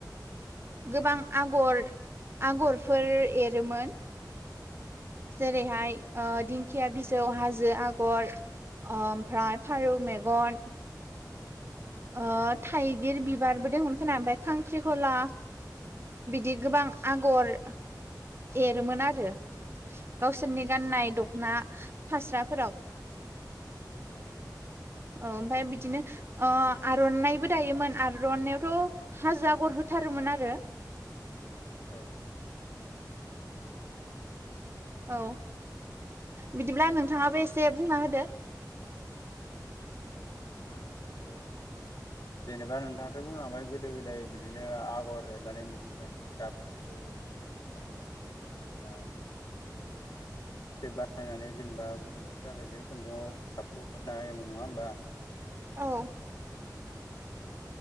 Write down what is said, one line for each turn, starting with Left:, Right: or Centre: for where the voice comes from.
Right: गोबां आगर आगरफोर एरोमोन। जेरैहाय दिंखिया बिजौ हाजो आगर ओमफ्राय फारौ मेगन। ओ थाइगिर बिबारबो दंमोन खोना ओमफ्राय खांख्रिखला। बिदि गोबां आगर एरोमोन आरो। गावसोरनि गाननाय दख'ना फास्राफोराव
Left: औ।
Right: औ ओमफ्राय बिदिनो ओ आर'नाइबो दायोमोन आर'नायइावथ' हाजो आगर हो थारोमोन आरो
Left: औ।
Right: औ बिदिब्ला नोंथाङाबो एसे बुंना होदो।
Left: औ फना ने ओ जेनेबा नोंथाङाथ' बुंलांबाय गोदो गोदाय बिदिनो आगर एरनानै मिथिंगानि गाबफोरखौ बिदिनो फोननानै जेनेबा बियो फिथोब बानायनानै जेनेबा खुन्दुं जाबाय बे खुन्दुंयाव गाबखौ फोनना होयोमोन नङा होमबा।
Right: औ।
Left: ओ